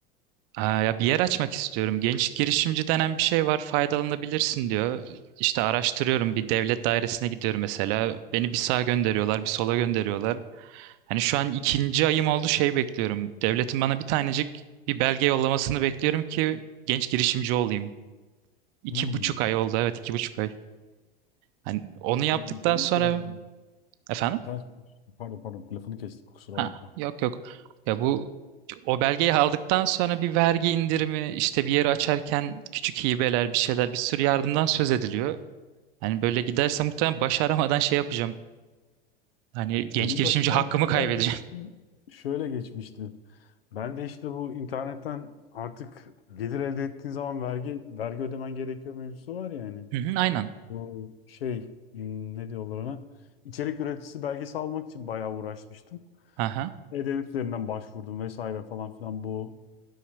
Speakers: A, on the right (about 50°); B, on the left (about 80°).
A: Aa, ya bir yer açmak istiyorum. Genç girişimci denen bir şey var, faydalanabilirsin diyor. İşte araştırıyorum, bir devlet dairesine gidiyorum mesela. Beni bir sağa gönderiyorlar, bir sola gönderiyorlar. Hani şu an ikinci ayım oldu şey bekliyorum. Devletin bana bir tanecik bir belge yollamasını bekliyorum ki genç girişimci olayım. İki
B: Hmm.
A: buçuk ay oldu, evet iki buçuk ay. Hani onu yaptıktan
B: Ben, benim
A: sonra
B: de anladım.
A: efendim?
B: Sen konuş. Pardon pardon lafını kestik kusura
A: Ha,
B: bakma.
A: yok yok. Ya bu o belgeyi aldıktan sonra bir vergi indirimi, işte bir yeri açarken küçük hibeler, bir şeyler, bir sürü yardımdan söz ediliyor. Hani böyle giderse muhtemelen başaramadan şey yapacağım. Hani genç
B: Benim
A: girişimci
B: başımdan
A: hakkımı
B: benzer
A: kaybedeceğim.
B: bir mevzu şöyle geçmişti. Ben de işte bu internetten artık gelir elde ettiğin zaman vergi vergi ödemen gerekiyor mevzusu var ya hani.
A: <laughs> Hı hı, aynen.
B: Bu şey hmm, ne diyorlar ona? İçerik üreticisi belgesi almak için bayağı uğraşmıştım.
A: Aha.
B: E-Devlet üzerinden başvurdum vesaire falan filan bu.